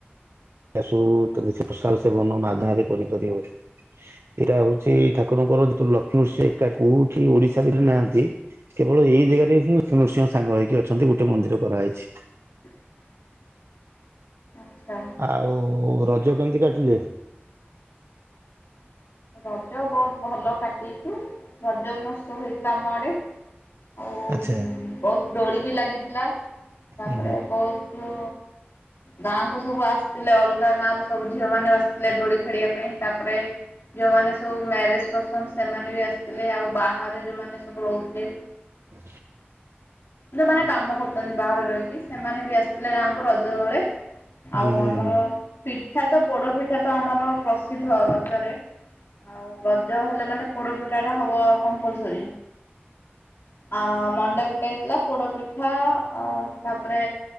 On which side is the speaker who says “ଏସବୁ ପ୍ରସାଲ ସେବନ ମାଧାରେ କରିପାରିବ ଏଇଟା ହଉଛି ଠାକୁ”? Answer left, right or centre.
Right